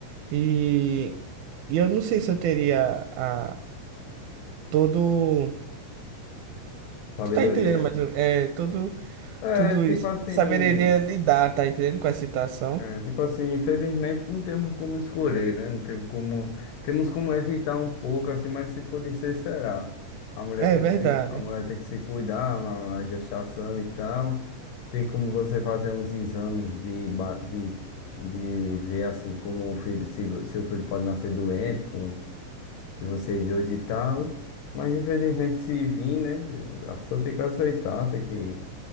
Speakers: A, on the right; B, on the left.
A: e, e eu não sei se eu teria a, todo,
B: Sabedoria.
A: tu tá entendendo, mas eu- é, todo,
B: É
A: tudo
B: tipo
A: isso,
B: assim.
A: eu não saberia lidar, tá entendendo, com a situação,
B: É, tipo assim, infelizmente não temos como escolher, né? Não temos como, temos como evitar um pouco, assim, mas se for de ser, será. A mulher
A: é
B: tem
A: verdade,
B: que se, a mulher tem que se cuidar na, na gestação e tal. Tem como você fazer uns exames de, ba- de, de ver, assim, como o filho, se o- seu filho pode nascer doente com de vocês dois e tal. Mas infelizmente se vir, né? A pessoa tem que aceitar, tem que